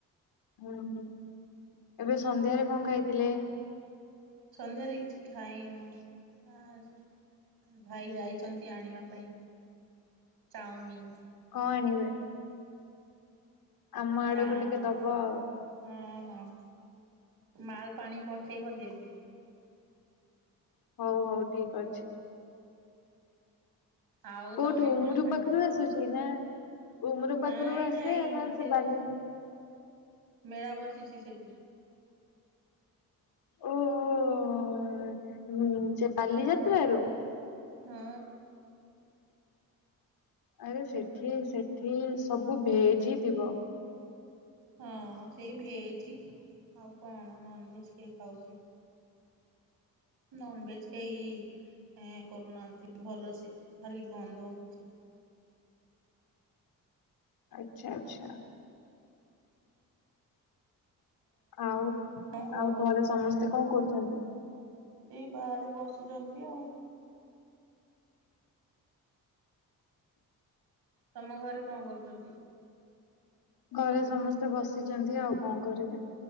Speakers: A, on the left (about 75°); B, on the right (about 75°).
A: ଉଁ ହୁଁ ଏବେ ସନ୍ଧ୍ୟାରେ କଣ ଖାଇଥିଲେ?
B: ସନ୍ଧ୍ୟାରେ କିଛି ଖାଇନୁ ଆ ଭାଇ ଯାଇଛନ୍ତି ଆଣିବା ପାଇଁ ଚାଉଁମିିନ।
A: କଣ ଆଣିବେ? ଆମ ଆଡକୁ
B: ଚା
A: ଟିକେ
B: ଅଁ
A: ଦବ ଆଉ।
B: ହଁ ହଁ ମାଲ ପାଣି ପକେଇ କେଇବ ଦେବୀ।
A: ହଉ ହଉ ଠିକ ଅଛି।
B: ଆଉ
A: କୋଉଠୁ
B: ତମେ
A: ଉମରୁ
B: କଣ ଖାଇଛ?
A: ପାଖରୁ ଆସୁଛି ନା ଉମରୁ ପାଖରୁ
B: ନାଇଁ
A: ଆସେ
B: ନାଇଁ
A: ନା
B: ସେ
A: ବାଲି
B: ଜଉ ମେଳା ବସ୍ ଛି ଛି ସେଠି।
A: ଓହୋ ସେ ବାଲି ଯାତ୍ରାରୁ।
B: ହଁ।
A: ଆରେ ସେଠି ସେଠି ସବୁ ଭେଜ ହି ଥିବ।
B: ହଁ ସେଇ ଭେଜ ଆଉ କଣ ନନ ଭେଜ କେ ଖାଉଛି? ନନ ଭେଜ କେହି ଏଁ କରୁନାହାନ୍ତି ଭଲସେ ଖାଲି ଗନ୍ଧ ହଉଛି।
A: ଆଛା ଆଛା। ଆଉ
B: କଣ ଖବର
A: ଆଉ ଘରେ ସମସ୍ତେ କଣ କରୁଛନ୍ତି?
B: ଏଇ ବାଆରେ ବସିଛନ୍ତି ଆଉ। ତମ ଘରେ କଣ କରୁଛନ୍ତି?
A: ଘରେ ସମସ୍ତେ ବସିଛନ୍ତି ଆଉ କଣ କରିବେ?